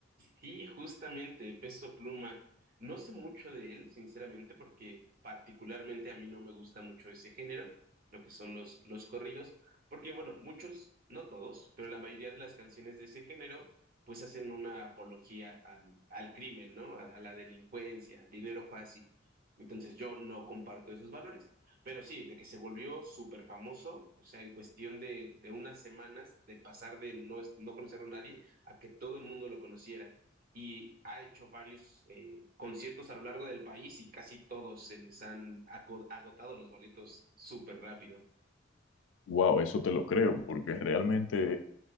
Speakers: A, on the right (about 50°); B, on the left (about 85°).
A: Sí, justamente, Peso Pluma. No sé mucho de él, sinceramente, porque particularmente a mí no me gusta mucho ese género, lo que son los, los corridos, porque bueno, muchos, no todos, pero la mayoría de las canciones de ese género, pues hacen una apología al, al crimen, ¿no? A, a la delincuencia, al dinero fácil. Entonces yo no comparto esos valores, pero sí, de que se volvió súper famoso, o sea, en cuestión de, de unas semanas, de pasar de no, es- no conocer a nadie a que todo el mundo lo conociera. Y ha hecho varios eh, conciertos a lo largo del país y casi todos se les han aco- agotado los boletos súper rápido.
B: Wow, eso te lo creo, porque realmente